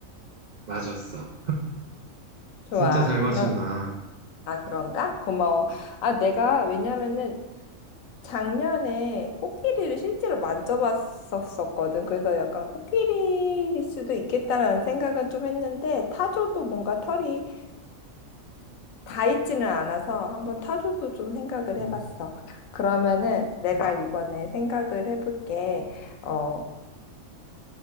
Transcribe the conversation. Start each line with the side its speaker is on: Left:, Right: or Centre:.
Right: 맞았어.
Left: 좋아.
Right: 진짜 잘
Left: 그럼,
Right: 맞춘다.
Left: 아, 그런가? 고마워. 아, 내가, 왜냐면은 작년에 코끼리를 실제로 만져봤었거든. 그래서 약간 코끼리일 수도 있겠다라는 생각은 좀 했는데, 타조도 뭔가 털이 다 있지는 않아서 한번 타조도 좀 생각을
Right: <laughs>
Left: 해봤어.
Right: 음,
Left: 그러면은 내가
Right: 맞아.
Left: 이번에 생각을 해볼게. 어,